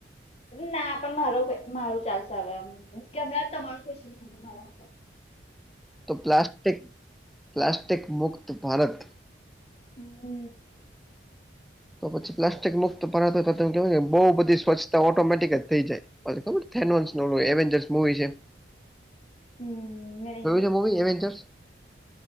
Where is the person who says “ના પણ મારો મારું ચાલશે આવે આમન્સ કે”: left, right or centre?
Left